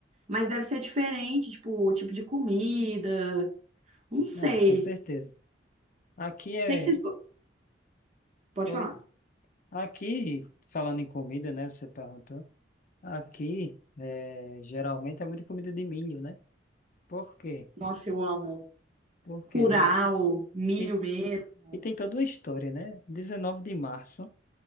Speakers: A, on the right; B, on the left.
A: mas deve ser diferente, tipo, o tipo de comida, não sei.
B: Ah, com certeza. Aqui é.
A: O que é que vocês, Pode
B: Oi?
A: falar.
B: Aqui, falando em comida, né? Você perguntou. Aqui, é, geralmente é muita comida de milho, né? Por quê?
A: Nossa, eu amo.
B: Porque
A: Curau,
B: de...
A: milho
B: e,
A: mesmo.
B: e tem toda uma história, né? dezenove de março.